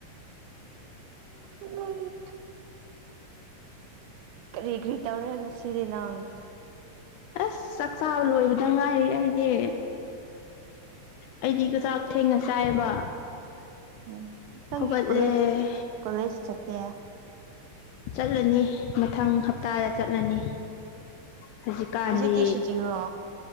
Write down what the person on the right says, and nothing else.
ꯎꯝ ꯀꯔꯤ ꯀꯔꯤ ꯇꯧꯔꯦ ꯉꯁꯤꯗꯤ ꯅꯪ
ꯑꯣ ꯅꯪꯒꯤ
ꯀꯣꯂꯦꯖ ꯀꯣꯂꯦꯖ ꯁꯠꯇ
ꯍꯧꯖꯤꯛꯇꯤ ꯁꯨꯇꯤꯔꯣ